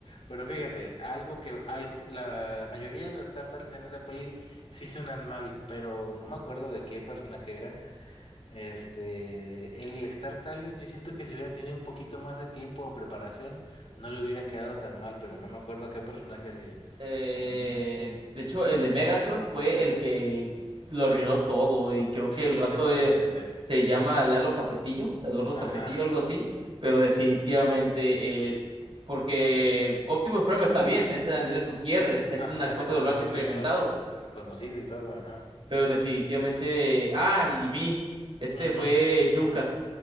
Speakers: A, on the left (about 70°); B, on the right (about 60°).
A: Pero fíjate, algo que algo, la mayoría de las tartales en esa peli sí suenan mal, pero no me acuerdo de qué personaje era. Este, el Star Talent, yo siento que si hubiera tenido un poquito más de tiempo o preparación, no le hubiera quedado tan mal, pero no me acuerdo a qué personaje hacía.
B: Eh,
A: O sea, n-
B: de hecho, el de Megatron fue el que lo arruinó todo. Y creo
A: sí,
B: que el vato
A: exactamente.
B: eh, se llama Lalo Capetillo, Eduardo Capetillo,
A: Ajá.
B: algo así. Pero definitivamente, eh, porque Optimus Prime está bien, es Andrés Gutiérrez, es
A: Ajá,
B: un actor
A: exactamente,
B: de doblaje experimentado
A: un actor reconocido y todo, ajá.
B: Pero definitivamente. Ah, y vi. Este
A: Ujú,
B: fue Yuka.